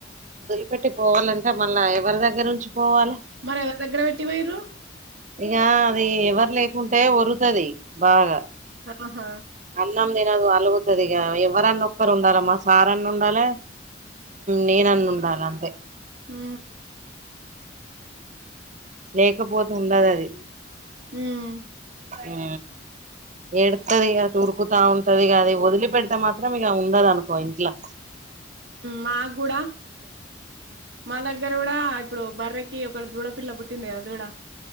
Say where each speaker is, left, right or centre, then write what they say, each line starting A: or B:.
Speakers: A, on the right; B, on the right.
A: పెట్టి పోవాలంటే మళ్ళీ ఎవరి దగ్గర నుంచి పోవాలి
B: మరి ఎవరి దగ్గర పెట్టిపోయరు
A: ఇక అది ఎవరు లేకుంటే వరుతది బాగా
B: ఆహా
A: అన్నం తినదు అల్గు వది ఇంగా ఎవరన్న ఒక్కరు ఉండాలమ్మా సార్ అన్ని ఉండాలి నేన అన్న ఉండాలన్న
B: హ
A: లేకపోతే ఉండదూ అది
B: ఉమ్
A: ఆ ఎడుతుది అద ఉరుకుతా ఉంటది అది వదిలి పెడితే మాత్రం ఇక ఉందదు అనుకో ఇంట్లో
B: మాకు కూడా మా దగ్గర కూడా ఇప్పుడు బర్రకి ఒక దూడ పిల్ల పుట్టింది కదా దూడ